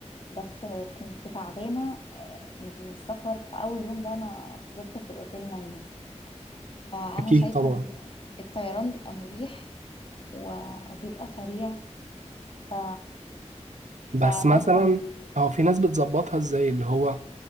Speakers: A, on the left; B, on the right.
A: بس آه، كنت تعبانة آه، من السفر في أول يوم ده أنا فضلت في الأوتيل نايمة فأنا
B: اكيد
A: شايفة
B: طبعا
A: إن الطيران بيبقى مريح و- وبيبقى سريع ف...
B: بس
A: فلو
B: مثلا
A: كان
B: هو في ناس بتظبطها ازاي اللي هو